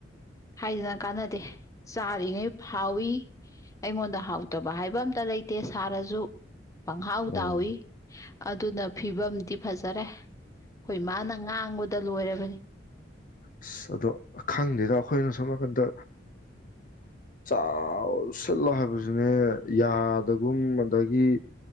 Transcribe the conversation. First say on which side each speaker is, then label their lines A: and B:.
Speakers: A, on the left (about 20°); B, on the left (about 45°).
A: ꯍꯥꯏꯗꯨꯅ ꯀꯥꯟꯅꯗꯦ ꯆꯥꯔꯤꯉꯩ ꯍꯥꯎꯏ ꯑꯩꯉꯣꯟꯗ ꯍꯥꯎꯇꯕ ꯇꯕ ꯍꯥꯏꯕ ꯑꯝꯇ ꯂꯩꯇꯦ ꯁꯥꯔꯁꯨ ꯄꯪꯈꯥꯎ
B: ꯑꯣ
A: ꯇꯥꯎꯏ ꯑꯗꯨꯅ ꯐꯤꯕꯝꯗꯤ ꯐꯖꯔꯦ ꯍꯣꯏ ꯃꯥ ꯅꯪ ꯉꯥꯡꯕꯗ ꯇ ꯂꯣꯏꯔꯕꯅꯤ
B: ꯑꯁ ꯑꯗꯣ ꯈꯪꯗꯦꯗ ꯑꯩꯈꯣꯏꯅ ꯁꯝ ꯅꯥꯀꯟꯗ ꯆꯁꯤꯜꯂꯣ ꯍꯥꯏꯕꯁꯤꯅꯦ ꯌꯥꯗꯒꯨꯝ ꯑꯗꯒꯤ